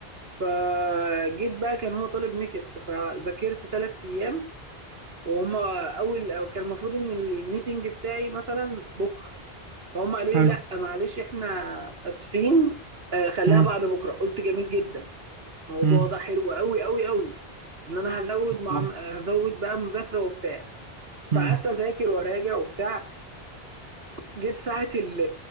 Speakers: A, on the right; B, on the right.
A: فجيت بقى كان هو طالب نكست فذاكرت ثلاث ايام وهم اول أو كان المفروض ان الميتنج بتاعي مثلا بكره فهم قالوا لي
B: حلو
A: لا معلش احنا اسفين آه، خليها
B: مم.
A: بعد بكره قلت جميل جدا الموضوع
B: مم.
A: ده حلو قوي قوي قوي ان انا هزود مع
B: لا.
A: هزود بقى مذاكره وبتاع
B: مم.
A: فقعدت اذاكر واراجع وبتاع جيت ساعه ال